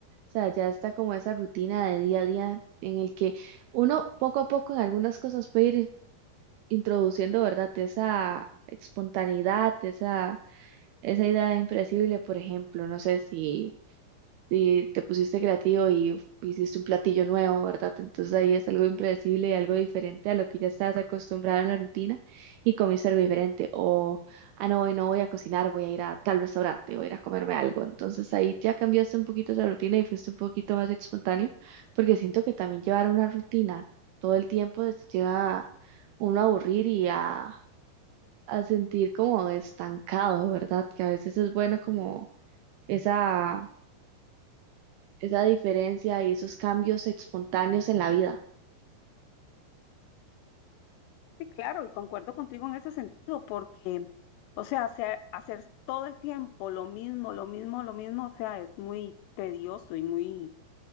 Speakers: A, on the right; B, on the left.
A: sea, ya está como esa rutina de día a día en el que uno poco a poco en algunas cosas puede ir in- introduciendo, ¿verdad? Esa espontaneidad, esa, esa idea impredecible, por ejemplo, no sé si si te pusiste creativo y hiciste un platillo nuevo, ¿verdad? Entonces ahí es algo impredecible y algo diferente a lo que ya estás acostumbrado en la rutina y comiste algo diferente. O, ah, no, hoy no voy a cocinar, voy a ir a tal restaurante, voy a ir a comerme algo. Entonces ahí ya cambiaste un poquito esa rutina y fuiste un poquito más espontáneo, porque siento que también llevar una rutina todo el tiempo te lleva uno a aburrir y a, a sentir como estancado, ¿verdad? Que a veces es bueno como esa esa diferencia y esos cambios espontáneos en la vida.
B: Sí, claro, y concuerdo contigo en ese sentido, porque, o sea, hacer, hacer todo el tiempo lo mismo, lo mismo, lo mismo, o sea, es muy tedioso y muy,